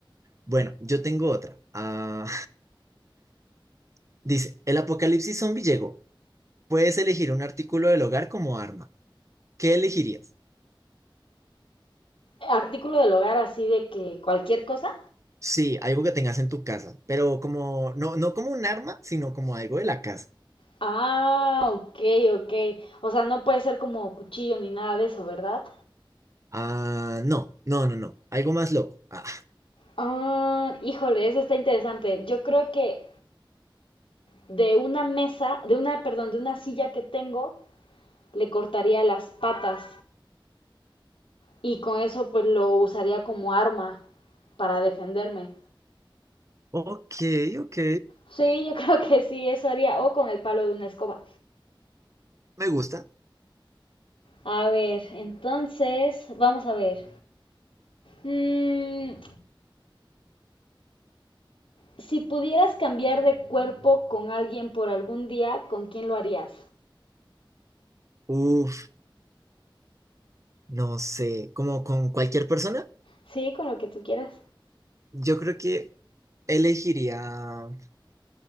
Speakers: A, on the right; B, on the left.
A: Bueno, yo tengo otra. Ah, <laughs> dice, el apocalipsis zombie llegó. Puedes elegir un artículo del hogar como arma. ¿Qué elegirías?
B: Artículo del hogar así de que cualquier cosa.
A: Sí, algo que tengas en tu casa, pero como, no, no como un arma, sino como algo de la casa.
B: Ah, ok, ok. O sea, no puede ser como cuchillo ni nada de eso, ¿verdad?
A: Ah, no, no, no, no. Algo más loco. Ah,
B: Ah, híjole, eso está interesante. Yo creo que de una mesa, de una, perdón, de una silla que tengo, le cortaría las patas y con eso pues lo usaría como arma para defenderme.
A: ok, ok.
B: Sí, yo <laughs> creo que sí, eso haría, o con el palo de una escoba.
A: Me gusta.
B: A ver, entonces, vamos a ver. Mm, si pudieras cambiar de cuerpo con alguien por algún día, ¿con quién lo harías?
A: Uf, no sé, como con cualquier persona,
B: Sí, con lo que tú quieras.
A: yo creo que elegiría